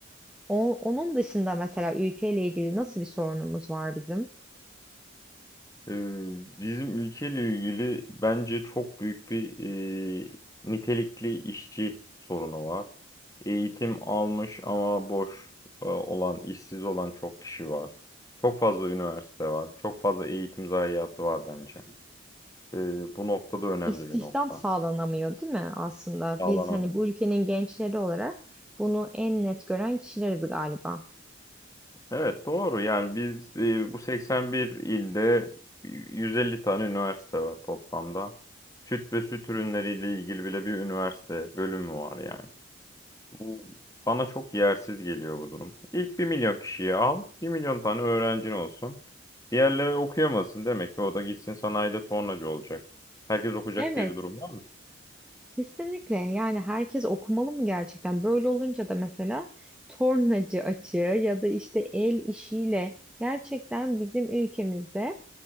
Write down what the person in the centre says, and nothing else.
O- onun dışında mesela ülkeyle ilgili nasıl bir sorunumuz var bizim?
İstihdam
sağlanamıyor, değil mi aslında?
Biz hani bu ülkenin gençleri olarak bunu en net gören kişileriz galiba.
Evet.
Kesinlikle yani herkes okumalı mı gerçekten? Böyle olunca da mesela tornacı açığı ya da işte el işiyle gerçekten bizim ülkemizde